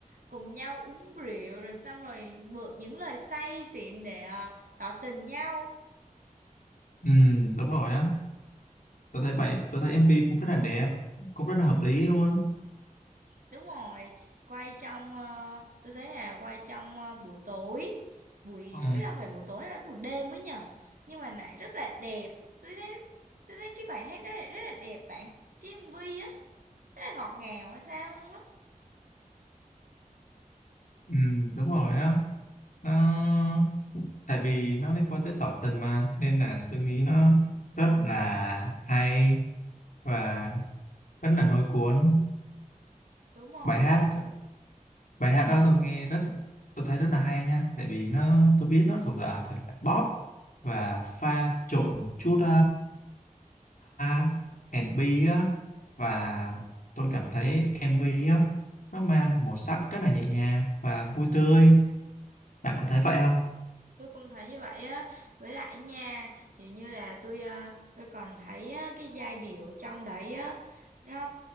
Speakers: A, on the right; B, on the left.
A: cùng nhau uống rượu rồi xong rồi mượn những lời say xịn để ờ, tỏ tình nhau
B: Ừ, đúng rồi á. Tôi thấy bài, tôi thấy MV cũng rất là đẹp, cũng rất là hợp lý luôn.
A: Đúng rồi, quay trong ờ, tôi thấy là quay trong ờ, buổi tối, buổi
B: Ừ,
A: biết đâu phải buổi tối hay là buổi đêm mới nhở Nhưng mà lại rất là đẹp. Tôi thấy tôi thấy cái bài hát đó lại rất là đẹp bạn. Cái MV á, rất là ngọt ngào hay sao luôn á.
B: ừ đúng rồi á. Nó tại vì nó liên quan tới tỏ tình mà nên là tôi nghĩ nó rất là hay và rất là lôi cuốn
A: Đúng rồi.
B: bài hát bài hát đó tôi nghe rất tôi thấy rất là hay nha tại vì nó tôi biết nó thuộc là thể loại pop và pha trộn một chút uh, R&B á và tôi cảm thấy MV á nó mang màu sắc rất là nhẹ nhàng và vui tươi bạn có thấy vậy không
A: tôi cũng thấy như vậy á với lại nha kiểu như là tôi à, tôi còn thấy á, cái giai điệu trong đấy á nó